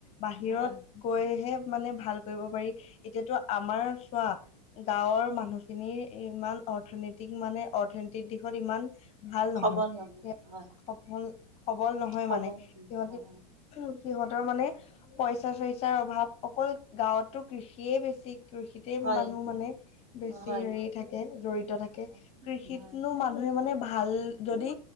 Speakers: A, on the left (about 30°); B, on the right (about 55°).
A: বাহিৰত
B: হয়,
A: গৈহে মানে ভাল কৰিব পাৰি। এতিয়াতো আমাৰ চোৱা গাঁৱৰ মানুহখিনি ইমান অৰ্থনীতিক মানে অৰ্থনতিক দিশত ইমান ভাল
B: সবল
A: নহয় স
B: হয়
A: সফল সবল নহয়
B: সবল
A: মানে
B: নহয়,
A: সিহতি। সিহঁতৰ মানে পইচা চৰিচাৰ অভাৱ অকল গাঁৱতটো কৃষিয়ে বেছি। কৃষিতে
B: হয়
A: মানুহ মানে বেছি
B: অ, হয়
A: হেৰি থাকে জড়িত থাকে।
B: হয়
A: কৃষিতনো
B: হয়
A: মানুহে মানে ভাল ভাল যদি